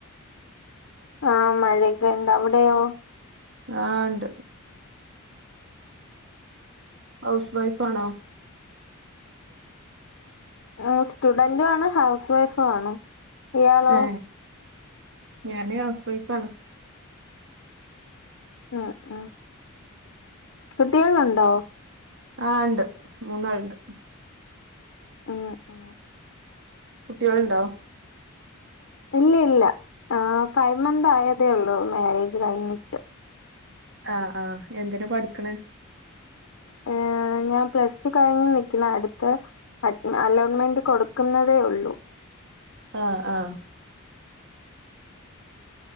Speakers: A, on the left (about 60°); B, on the right (about 55°).
A: ആ മഴയൊക്കെ ഇണ്ട് അവിടെയോ
B: ആ ഇണ്ട് ഹൗസ് വൈഫ് ആണോ
A: ആ സ്റ്റുഡന്റും ആണ് ഹൗസ് വൈഫും ആണ് ഇയാളോ
B: ഏ ഞാന് ഹൗസ് വൈഫ് ആണ്.
A: അ അ കുട്ടിയാളുണ്ടോ?
B: ആ ണ്ട് മൂന്നാളുണ്ട്.
A: ഉം ഉം
B: കുട്ടിയാളുണ്ടോ?
A: ഇല്ല ഇല്ല ആ ഫൈവ് മന്ത് ആയതേ ഉള്ളൂ മാരേജ് കഴിഞ്ഞിട്ട്.
B: ആഹ് ആഹ് എന്തിനാ പഠിക്കണേ?
A: ഏ ഞാൻ പ്ലസ് ടു കഴിഞ്ഞു നിക്കണെ അടുത്തെ ൻ്റ അലോൺമെന്റ് കൊടുക്കുന്നതേ ഉള്ളൂ.
B: ആ ആ